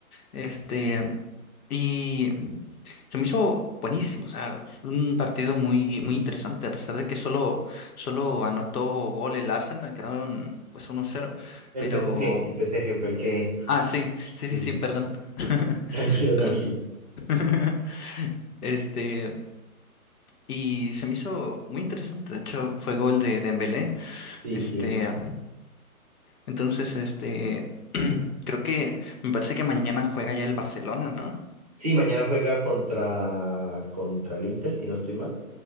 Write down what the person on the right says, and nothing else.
El
PSG, el PSG fue el que.
Sí,
sí.
<laughs> Tranquilo,
tranquilo.
Sí,
sí.
Sí, mañana juega contra, contra el Inter, si no estoy mal.